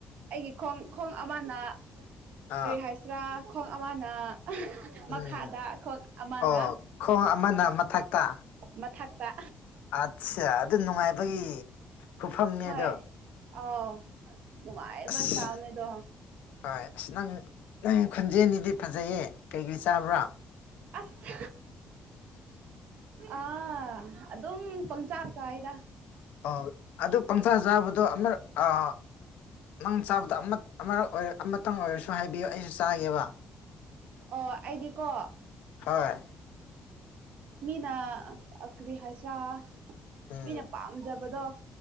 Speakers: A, on the right; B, on the left.
A: ꯑꯩꯒꯤ ꯈꯣꯡ ꯈꯣꯡ ꯑꯃꯅ
B: ꯑꯥ
A: ꯀꯔꯤ ꯍꯥꯏꯁ ꯍꯥꯏꯁꯤꯔꯥ ꯈꯣꯡ ꯑꯃꯅ
B: ꯎꯝ
A: ꯃꯈꯥꯗ ꯈꯣꯡ ꯑꯃꯅ
B: ꯑꯣ ꯈꯣꯡ ꯑꯃꯅ ꯃꯊꯛꯇ
A: ꯃꯊꯛꯇ
B: ꯑꯠꯆꯥ ꯑꯗꯨ ꯅꯨꯡꯉꯥꯏꯕꯒꯤ ꯈꯨꯐꯝꯅꯦ
A: ꯍꯣꯏ
B: ꯑꯗꯣ
A: ꯑꯧ ꯅꯨꯡꯉꯥꯏꯕ
B: ꯑꯁ
A: ꯁ꯭ꯇꯥꯏꯅꯦ ꯑꯗꯣ
B: ꯍꯣꯏ ꯑꯁ ꯅꯪ ꯅꯪ ꯈꯨꯣꯟꯖꯦꯜꯁꯤꯗꯤ ꯐꯖꯩꯌꯦ ꯀꯩꯀꯩ ꯆꯥꯕ꯭ꯔꯣ
A: ꯑꯁ ꯑꯥ ꯑꯗꯨꯝ ꯄꯡꯆꯥ ꯆꯥꯏꯌꯦꯗ
B: ꯑꯣ ꯑꯗꯨ ꯄꯡꯆꯥꯥ ꯆꯥꯕꯗꯣ ꯑꯃꯔꯛ ꯑꯥ ꯅꯪ ꯆꯥꯕꯗꯣ ꯑꯃ ꯑꯃꯔꯛ ꯑꯃꯇꯪ ꯑꯣꯏꯔꯁꯨ ꯍꯥꯏꯕꯤꯌꯨ ꯑꯩꯁꯨ ꯆꯥꯒꯦꯕ
A: ꯑꯣ ꯑꯩꯗꯤꯀꯣ
B: ꯍꯣꯏ
A: ꯃꯤꯅ ꯀꯔꯤ ꯍꯥꯏꯁꯤꯔ
B: ꯎꯝ
A: ꯃꯤꯅ ꯄꯥꯝꯖꯕꯗꯣ